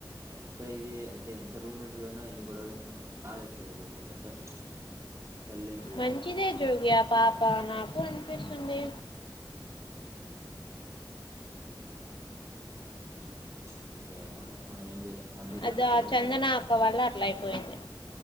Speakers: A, on the right; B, on the left.
A: ఏం దిరా ఇది అంటే ఎంత రూమ్ నుం చి పోయినా ఎన్ని గొడవలైనా బాధ ఏస్తది ఒక్కోసారి అంటే తల్లి లేని పిల్ల
B: మంచిదే
A: కదా అని
B: జోగి ఆ పాప నాకు అనిపిస్తుంది
A: <unintelligible> ఏమోలే మనం ఏం చేయలేం మన దగ్గర
B: అది
A: ఉన్నప్పు
B: ఆ
A: ఏన్నైన
B: చందన
A: చెప్పచ్చు
B: అక్క వల్ల అట్లా అయిపోయింది